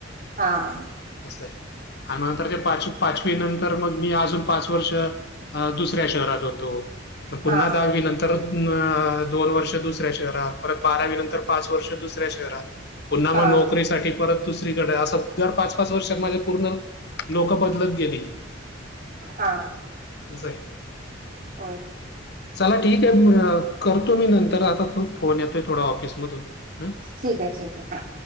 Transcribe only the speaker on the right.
हा....
हा
हा
हा....
हो....
ठीक आहे ठीक आहे हां...